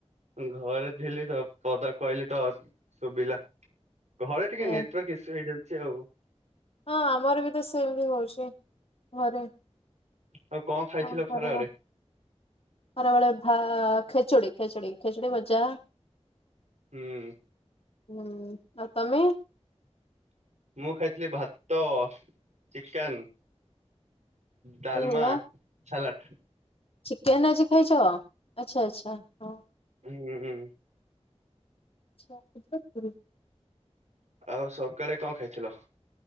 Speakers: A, on the right (about 85°); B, on the left (about 55°).
A: ଘରେ ଥିଲି ତ ପଦା କୁ ଆଇଲିତ ଶୁଭିଲା ଘରେ ଟିକେ
B: ଏ
A: ନେଟୱାର୍କ ଇସୁ ହେଇଯାଉଛି ଆଉ
B: ହଁ ଆମର ବି ତ ସେମିତି ହଉଛି ଘରେ
A: ଆଉ ଖାଇଥିଲ
B: ହଁ କଣ
A: ଖରାବେଳେ?
B: କରିବା ଖରାବେଳେ ଭା ଖେଚୁଡ଼ି ଖେଚୁଡି ଖେଚୁଡି ଭଜା
A: ହୁଁ
B: ହୁଁ ଆଉ ତମେ
A: ମୁଁ ଖାଇଥିଲି ଭାତ ଚିକେନ ଡାଲମା
B: ଆରେ ବା
A: ସାଲାଡ଼।
B: ଚିକେନ ଆଜି ଖାଇଛ ଆଚ୍ଛା ଆଚ୍ଛା ହ।
A: ହୁଁ ହୁଁ।
B: ଆଛା <inaudible>
A: ଆଉ ସକାଳେ କଣ ଖାଇଥିଲ?